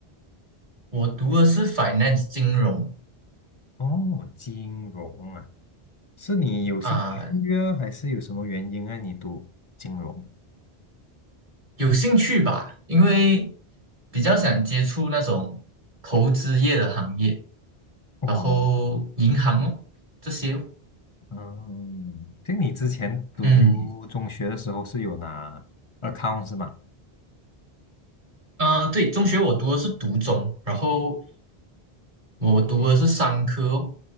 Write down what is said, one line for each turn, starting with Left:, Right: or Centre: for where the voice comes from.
Right: 我读的是 finance 金融
Left: 哦，金融啊，是你有兴趣啊，
Right: 啊，
Left: 还是有什么原因让你读金融？
Right: 有兴趣吧，因为比较想接触那种投资业的行业，
Left: 哇！
Right: 然后银行哦这些哦，
Left: 嗯，就你之前读中学的时候是有拿
Right: 嗯
Left: account 是吗？
Right: 啊、对，中学我读的是读中，然后我读的是商科哦